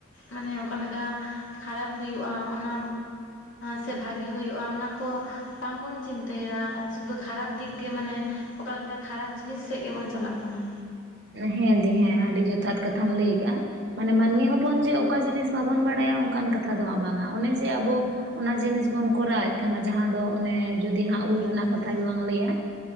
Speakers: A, on the left; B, on the right.
A: ᱢᱟᱱᱮ ᱚᱠᱟᱞᱮᱠᱟ ᱠᱷᱟᱨᱟᱯ ᱦᱩᱭᱩᱜᱼᱟ ᱚᱱᱟ ᱥᱮ ᱵᱷᱟᱜᱤ ᱦᱩᱭᱩᱜᱼᱟ ᱚᱱᱟ ᱠᱚ ᱵᱟᱝᱵᱚᱱ ᱪᱤᱱᱛᱟᱹᱭᱮᱫᱟ ᱥᱩᱫᱷᱩ ᱠᱷᱟᱨᱟᱯ ᱫᱤᱠ ᱜᱮ ᱢᱟᱱᱮ ᱚᱠᱟᱞᱮᱠᱟ ᱠᱷᱟᱨᱟᱯ ᱡᱤᱱᱤᱥ ᱥᱮᱡ ᱜᱮᱵᱚᱱ ᱪᱟᱞᱟᱜ ᱠᱟᱱᱟ᱾
B: ᱦᱮᱸ ᱫᱤ ᱦᱮᱸ ᱟᱹᱰᱤ ᱡᱚᱛᱷᱟᱛ ᱠᱟᱛᱷᱟᱢ ᱞᱟᱹᱭ ᱟᱠᱟᱜᱼᱟ᱾ ᱢᱟᱱᱮ ᱢᱟᱹᱱᱢᱤ ᱦᱚᱯᱚᱱ ᱡᱮ ᱚᱠᱟ ᱡᱤᱱᱤᱥ ᱵᱟᱵᱚᱱ ᱵᱟᱲᱟᱭᱟ ᱚᱝᱠᱟᱱ ᱠᱟᱛᱷᱟ ᱫᱚ ᱦᱟᱸᱜ ᱵᱟᱝᱟ ᱚᱱᱮ ᱡᱮ ᱟᱵᱚ ᱚᱱᱟ ᱡᱤᱱᱤᱥ ᱵᱚᱱ ᱠᱚᱨᱟᱣᱮᱫ ᱠᱟᱱᱟ ᱡᱟᱦᱟᱸ ᱫᱚ ᱚᱱᱮ ᱡᱩᱫᱤ ᱦᱟᱸᱜ ᱩᱞ ᱨᱮᱱᱟᱜ
A: ᱦᱮᱸ
B: ᱠᱟᱛᱷᱟ ᱜᱮᱞᱟᱝ ᱞᱟᱹᱭᱟ,